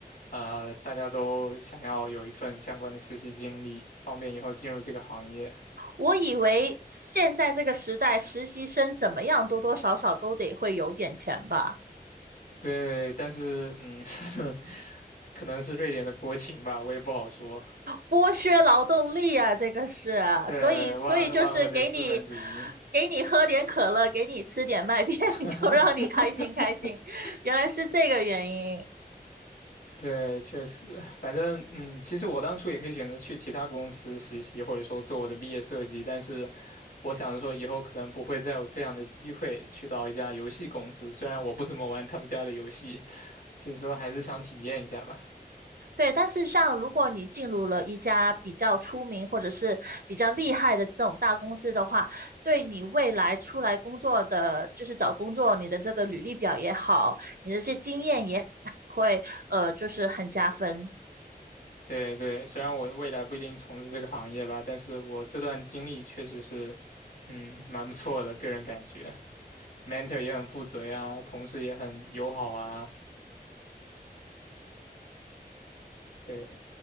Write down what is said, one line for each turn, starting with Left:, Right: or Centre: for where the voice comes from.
Left: 呃，大家都想要有一份相关的实习经历，方便以后进入这个行业。
Right: 我以为现在这个时代，实习生怎么样，多多少少都得会有点钱吧。
Left: 对，但是嗯，<laughs> 可能是瑞典的国情吧，我也不好说。
Right: 剥削劳动力啊，这个是啊所以所以就是给你
Left: 对，万万恶的资本主义。
Right: 给你喝点可乐，给你吃点麦片，<laughs>
Left: <laughs>
Right: 就让你开心开心，原来是这个原因。
Left: 对，确实，反正嗯，其实我当初也可以选择去其他公司实习，或者说做我的毕业设计，但是我想着说以后可能不会再有这样的机会去到一家游戏公司，虽然我不怎么玩他们家的游戏，就是说还是想体验一下吧。
Right: 对，但是像如果你进入了一家比较出名或者是比较厉害的这种大公司的话，对你未来出来工作的，就是找工作，你的这个履历表也好，你的这些经验也会呃，就是很加分。
Left: 对对，虽然我未来不一定从事这个行业吧，但是我这段经历确实是，嗯，蛮不错的，个人感觉，mentor 也很负责呀，同事也很友好啊，对，